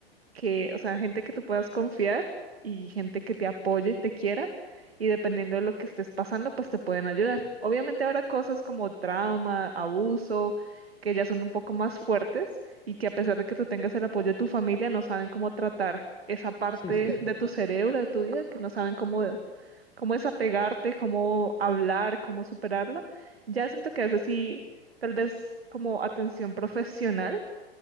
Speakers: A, on the right; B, on the left.
A: que, o sea, gente que tú puedas confiar y gente que te apoye y te quiera, y dependiendo de lo que estés pasando, pues te pueden ayudar. Obviamente habrá cosas como trauma, abuso, que ya son un poco más fuertes y que a pesar de que tú tengas el apoyo de tu familia, no saben cómo tratar esa parte
B: Sí, sí, sí.
A: de tu cerebro, de tu vida, que no saben cómo, cómo desapegarte, cómo hablar, cómo superarla. Ya siento que a veces sí, tal vez como atención profesional